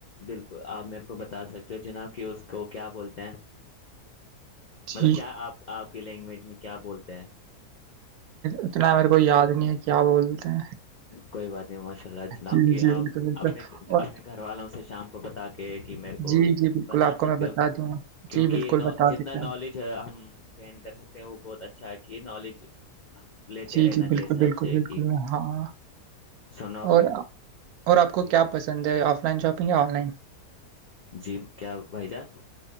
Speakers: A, on the left; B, on the right.
A: بالکل آپ میرے کو بتا سکتے ہو جناب کہ اس کو کیا بولتے ہیں
B: جی،
A: مطلب کیا آپ آپ کی لینگویج میں کیا بولتے ہیں
B: اتنا میرے کو یاد نہیں ہے کیا بولتے ہیں
A: کوئی بات نہیں ماشاء اللہ جناب
B: جی،
A: کہ
B: جی،
A: آپ
B: بالکل، بالکل
A: اپنے
B: اور
A: اپنے گھر والوں سے شام کو کو بتا کے کہ میرے کو
B: جی، جی، بالکل
A: بتا
B: آپ کو
A: سکتے
B: میں بتا
A: ہو
B: دوں گا،
A: کیونکہ
B: جی، بالکل
A: ن
B: بتا
A: جتنا
B: سکتے ہیں
A: نالج
B: ہم،
A: جو ہم گین کر سکتے ہیں وہ بہت اچھا کہ نالج لیتے
B: جی،
A: رہنا
B: جی،
A: چاہیے
B: بالکل،
A: حساب
B: بالکل،
A: سے
B: بالکل،
A: کہ
B: ہاں
A: سنو
B: اور
A: کہ
B: اور آپ کو
A: جی
B: کیا پسند ہے آف لائن شاپنگ یا آن لائن
A: جی کیا بھائی جان